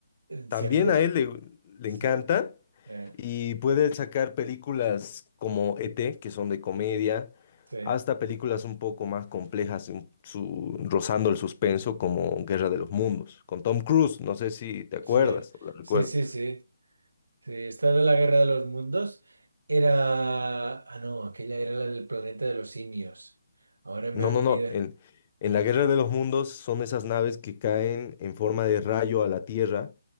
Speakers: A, on the left (about 35°); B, on the right (about 80°).
A: también
B: Seguro.
A: a él le, le
B: Sí.
A: encanta
B: Eh,
A: y puede sacar películas como ET, que son de comedia,
B: sí,
A: hasta películas un poco más complejas, un- su- rozando el suspenso, como Guerra de los Mundos, con Tom Cruise, no sé si te acuerdas
B: sí,
A: o la recuerdas.
B: sí, sí, sí, sí. Esta de la Guerra de los Mundos era... Ah, no, aquella era la del planeta de los simios. Ahora me
A: No,
B: ha
A: no,
B: venido...
A: no. En,
B: <laughs>
A: en la Guerra de los Mundos son esas naves que caen en forma de rayo a la Tierra